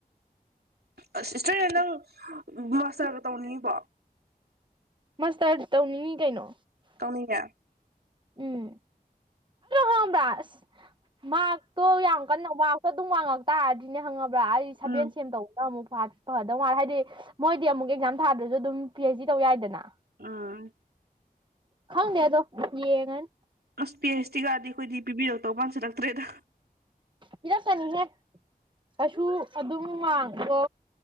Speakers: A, on the right (about 80°); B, on the right (about 30°).
A: ꯑꯁ ꯁꯤꯁꯇꯔ ꯑꯧ ꯅꯡ ꯃꯥꯁꯔꯒ ꯒꯥ ꯇꯧꯅꯤꯡꯕꯥ
B: ꯃꯁꯇꯔ ꯇꯧꯅꯤꯡꯉꯤ ꯀꯩꯅꯣ
A: ꯇꯧꯅꯤꯡꯉꯦ
B: ꯎꯝ ꯑꯃꯕꯔꯥꯁ ꯃꯥꯛ ꯇꯣ ꯌꯥꯝꯀꯜꯅ ꯋꯥꯑꯣ ꯑꯗꯨꯝ ꯋꯥꯡꯉꯛ ꯇꯥꯔꯗꯤꯅꯦ ꯍꯉꯥꯞ ꯄꯔꯥ ꯑꯩ ꯁꯕꯦꯟ
A: ꯎꯝ
B: ꯁꯦꯝ ꯇꯧꯕ ꯑꯃꯨꯛ ꯐꯥꯠ ꯐꯗꯣꯃꯂꯤ ꯍꯥꯏꯗꯤ ꯃꯣꯏꯗꯤ ꯑꯃꯨꯛ ꯑꯦꯛꯖꯥꯝ ꯊꯥꯗ꯭ꯔꯁꯨ ꯑꯗꯨꯝ ꯄꯤ ꯑꯩꯩꯆ ꯗꯤ ꯇꯧ ꯌꯥꯏꯗꯅ
A: ꯎꯝ
B: ꯈꯡꯗꯦ ꯑꯗꯣ ꯌꯦꯡꯉꯅꯤ
A: ꯑꯁ ꯄꯤ ꯑꯩꯁꯇꯤꯒꯥꯗꯤ ꯑꯩꯈꯣꯏꯗꯤ ꯄꯤꯕꯤꯔꯛꯇꯧ ꯃꯥꯟꯁꯤꯜꯂꯛꯇ꯭ꯔꯦꯗ
B: ꯄꯤꯔꯛꯀꯅꯤꯍꯦ ꯀꯩꯁꯨ ꯑꯗꯨꯝ ꯃꯥꯉꯗꯣ